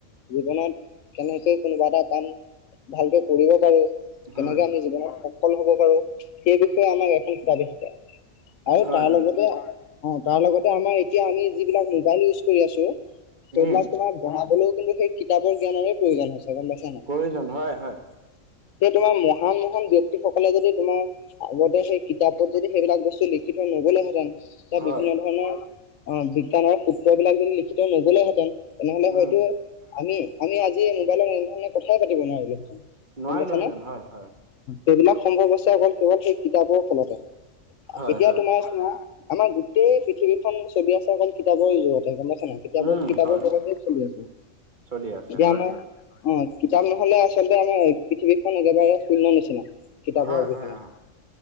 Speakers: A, on the left; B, on the right.
A: জীৱনত কেনেকৈ কোনোবা এটা কাম। ভালকে কৰিব পাৰো
B: হয়।
A: সেনেকে আমি জীৱনত। সফল হ'ব পাৰো সেই বিষয়ে আমাৰ এ কিতাব। পায়
B: হয়,
A: তাৰ
B: হয়,
A: লগতে অ তাৰ লগতে আমাৰ এতিয়া আমি যিবিলাক মোবাইল ইউজ কৰি আছো। সেইবিলাক
B: উম,
A: তোমাৰ বনাবলৈও কিন্তু সেই কিতাপৰ জ্ঞানৰে প্ৰয়োজন হৈছে গম পাইছ।
B: প্ৰয়োজন হয় হয়।
A: সেই তোমাৰ মহান মহান ব্যক্তি সকলে যদি তোমাৰ আগতে সেই কিতাপ। অদি সেইবিলাক বস্তু লিখি থৈ নগলে হেঁতেন ত
B: হয়,
A: বিভিন্ন ধৰণৰ। অ বিজ্ঞানৰ সূত্ৰবলাক যদি লিখিত থৈ নগলে হেঁতেন তেনেহলে
B: উম।
A: হয়তো আমি। আমি আজি মোবাইলত এনেধৰণে কথাই পাতিব নোৱাৰিলো হয়
B: নোৱাৰিলোহেঁতেন
A: গম পাইছ নে।
B: হয়, হয়,
A: সেইবিলাক সম্ভৱ্য হৈছে অকল কেৱল সেই কিতাপৰ ফলতে।
B: হয়,
A: এতিয়া
B: হয়,
A: তোমাৰ চোৱা আমাৰ গোটেই পৃথিৱীখন চলি আছে অকল কিতাপৰ জোৰতে গম পাইছা নাই। কিতাপৰ
B: উম,
A: কিতাপৰ
B: হয়,
A: বলতে চলি আছে
B: চলি আছে
A: এতিয়া
B: হয়,
A: আমাৰ।
B: হয়।
A: অ কিতাপ নহলে আচলতে আমাৰ পৃথিৱীখন একেবাৰে শূন্য নিচিনা কিতাপৰ
B: হয়,
A: অবিহনে।
B: হয়, অ'।